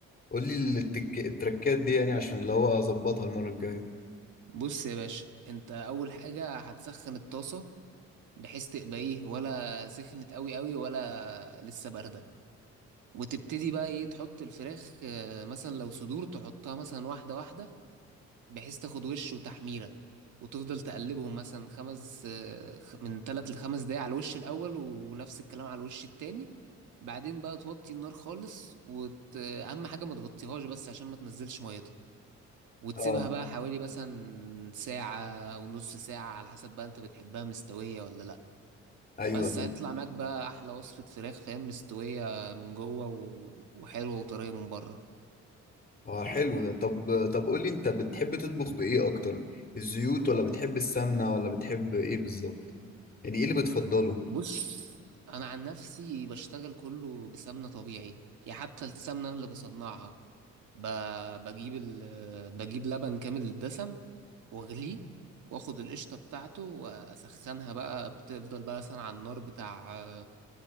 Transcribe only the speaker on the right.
بص يا باشا انت اول حاجة هتسخن الطاسة بحيث تبقى ايه ولا سخنت قوي قوي ولا لسه باردة وتبتدي بقى ايه تحط الفراخ اه، مثلا لو صدور تحطها مثلا واحدة واحدة بحيث تاخد وش وتحميرة وتفضل تقلبهم مثلا خمس آه، خ- من تلات لخمس دقايق على الوش الأول ونفس الكلام على الوش التاني بعدين بقى توطي النار خالص وت... أهم حاجة ما تغطيهاش بس عشان ما تنزلش ميتها وتسيبها
بقى حوالي مثلا ساعة أو نص ساعة على حسب بقى أنت بتحبها مستوية ولا لأ
بس
هيطلع معاك بقى أحلى وصفة فراخ فاهم مستوية من جوه و... وحلوة وطرية من بره
بص انا عن نفسي بشتغل كله بسمنه طبيعي يعني حتى السمنه أنا اللي بصنعها ب... بجيب ال... بجيب لبن كامل الدسم واغليه واخد القشطه بتاعته واسخنها بقى بتفضل بقى مثلا على النار بتاع آه،